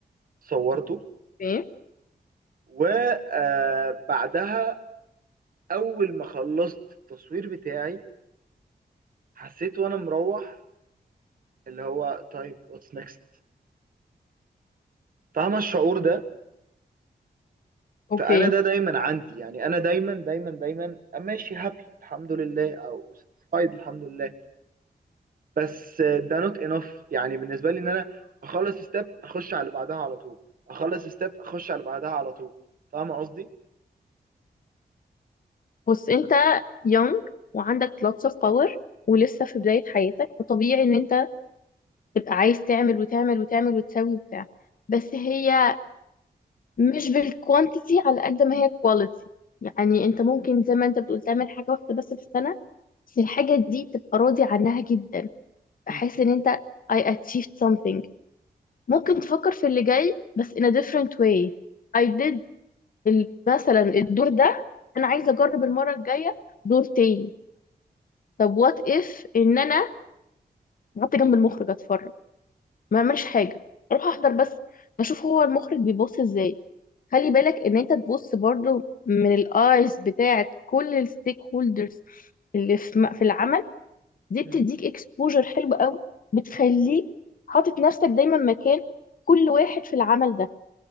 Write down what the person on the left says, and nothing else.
اوكي
اوكي
بص انت يونج وعندك lots of power ولسه في بداية حياتك فطبيعي ان انت تبقى عايز تعمل وتعمل وتعمل وتسوي وبتاع بس هي مش بالكوانتيتي على قد ما هي كواليتي يعني انت ممكن زي ما انت بتقول تعمل حاجة واحدة بس في السنة بس الحاجة دي تبقى راضي عنها جدا احس
ان انت I achieved something ممكن تفكر في اللي جاي بس in a different way I did ال- مثلا الدور ده انا عايزة اجرب المرة الجاية دور تاني طب what if ان انا قعدت جنب المخرج اتفرج ما اعملش حاجة اروح احضر بس اشوف هو المخرج بيبص ازاي خلي بالك ان انت تبص برضو من الايز بتاعت كل الستيك هولدرز اللي في م- في العمل دي بتديك
اكسبوجر حلو قوي بتخليك حاطط نفسك دايما مكان كل واحد في العمل ده